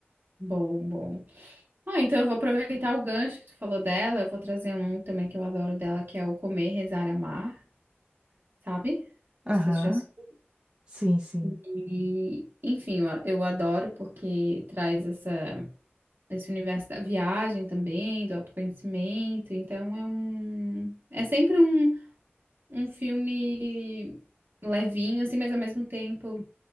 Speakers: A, on the right (about 55°); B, on the right (about 20°).
A: Bom, bom. Ah, então eu vou aproveitar o gancho que tu falou dela, eu vou trazer um também que eu adoro dela, que é o Comer, Rezar, Amar, sabe?
B: Aham.
A: Não sei se já assistiu.
B: Sim, sim.
A: E, enfim, eu, a- eu adoro porque traz essa, esse universo da viagem também, do autoconhecimento. Então é um, é sempre um, um filme levinho, assim, mas ao mesmo tempo